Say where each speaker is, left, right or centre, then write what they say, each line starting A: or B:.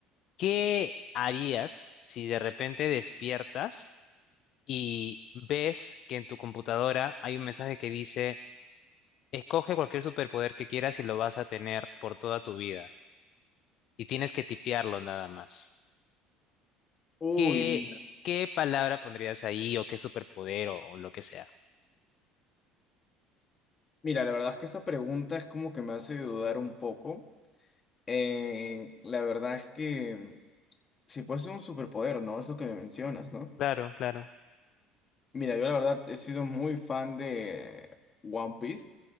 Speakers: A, on the left; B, on the left.
A: ¿qué harías si de repente despiertas y ves que en tu computadora hay un mensaje que dice, escoge cualquier superpoder que quieras y lo vas a tener por toda tu vida? Y tienes que tipearlo nada más.
B: Uy,
A: ¿Qué,
B: mira.
A: qué palabra pondrías ahí o qué superpoder o, o lo que sea?
B: Mira, la verdad es que esa pregunta es como que me hace dudar un poco. Eh, la verdad es que si fuese un superpoder, ¿no? Es lo que me mencionas, ¿no?
A: Claro, claro.
B: Mira, yo la verdad he sido muy fan de One Piece.